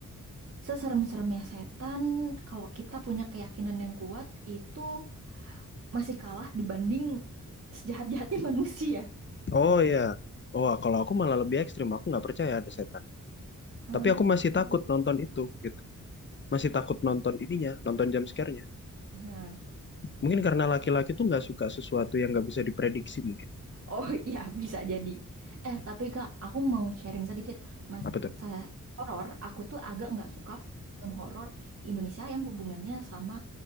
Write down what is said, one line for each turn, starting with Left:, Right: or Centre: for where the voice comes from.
Right: Seserem-seremnya setan, kalau kita punya keyakinan yang kuat, itu masih kalah dibanding sejahat-jahatnya <laughs> manusia.
Left: Oh iya. Oh, kalau aku malah lebih ekstrim. Aku nggak percaya ada setan.
Right: Oh.
Left: Tapi aku masih takut nonton itu, gitu. Masih takut nonton ininya, nonton jump scare-nya.
Right: Nah,
Left: Mungkin karena laki-laki tuh nggak suka sesuatu yang nggak bisa diprediksi mungkin.
Right: oh ya bisa jadi. Eh, tapi Kak, aku mau sharing sedikit. Masa
Left: Apa tuh?
Right: horor, aku tuh agak nggak suka film horor Indonesia yang hubungannya sama